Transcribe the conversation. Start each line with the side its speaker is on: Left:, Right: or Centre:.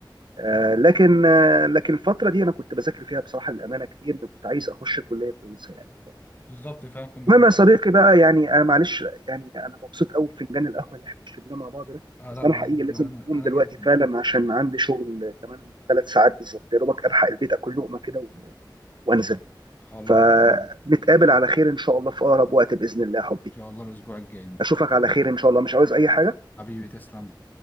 Right: آه
Left: أيوة.
Right: لكن آه لكن الفتره دي انا كنت بذاكر فيها بصراحه للامانه كتير كنت عايز اخش كليه كويسه يعني
Left: بالظبط فعلا كنا
Right: المهم
Left: كنت
Right: يا صديقي بقى يعني انا معلش يعني انا مبسوط قوي بفنجان القهوه اللي احنا شربناه مع بعض ده
Left: آه
Right: بس
Left: لا
Right: انا
Left: بجد
Right: حقيقي لازم
Left: انا
Right: اقوم
Left: انا
Right: دلوقتي
Left: جدا
Right: فعلا عشان عندي شغل كمان ثلاث ساعات بالظبط يا دوبك الحق البيت اكل لقمه كده و- وانزل
Left: خلاص
Right: فنتقابل
Left: تمام. ان
Right: على خير ان شاء الله في اقرب وقت باذن الله يا حبي
Left: شاء الله الاسبوع الجاي مش
Right: اشوفك على خير ان شاء الله مش عاوز اي حاجه
Left: حبيبي تسلم